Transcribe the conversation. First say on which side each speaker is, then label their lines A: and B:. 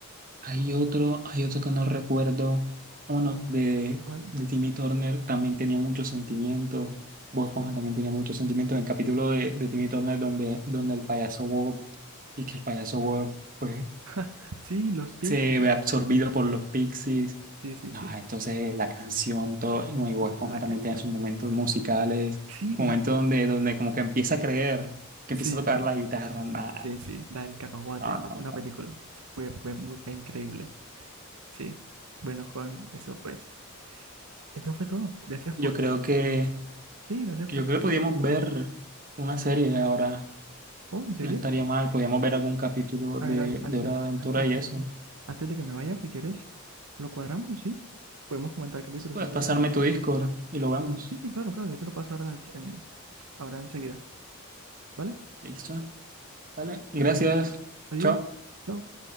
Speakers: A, on the right (about 40°); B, on the right (about 75°).
A: Hay otro, hay otro que no recuerdo. Bueno, de,
B: ¿Cuál?
A: de Timmy Turner también tenía muchos sentimientos. Bob Esponja
B: Sí.
A: también tenía muchos sentimientos. En el capítulo de, de Timmy Turner donde, donde el payaso Bob y que el payaso Bob pues
B: <laughs> Sí, los Picnic.
A: se ve absorbido por los pixies.
B: Sí, sí,
A: No,
B: sí.
A: entonces la canción, todo, y bueno, y Bob
B: Uh,
A: Esponja
B: la
A: también
B: canción.
A: tiene sus momentos musicales,
B: Sí,
A: momentos
B: la, la.
A: donde, donde como que empieza a creer, que
B: Sí,
A: empieza a tocar
B: sí.
A: la guitarra. Nah,
B: Sí, sí. La del cacahuate.
A: no,
B: Esa fue una
A: no.
B: película. Fue, fue muy, fue increíble. Sí. Bueno, Juan, eso pues. Eso fue todo. Gracias por.
A: Yo creo que,
B: Sí, gracias
A: yo
B: por.
A: creo que podíamos ver una serie ahora.
B: Oh, ¿en serio?
A: No estaría mal, podríamos ver algún capítulo
B: A
A: de,
B: ver, a ver, antes,
A: de Hora de Aventura
B: antes,
A: y eso.
B: antes, antes de que me vaya, si quieres, lo cuadramos, ¿sí? Podemos comentar capítulos,
A: Si puedes
B: si quieres.
A: pasarme tu Discord y lo vemos.
B: Sí, sí, claro, claro, yo te lo paso ahora, en, en- ahora enseguida, ¿vale?
A: Listo. Vale, gracias.
B: Adiós,
A: Chao.
B: chao.